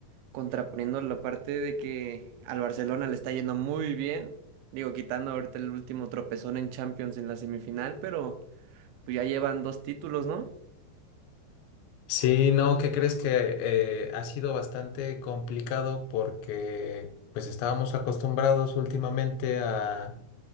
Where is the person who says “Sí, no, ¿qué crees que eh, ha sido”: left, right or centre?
Left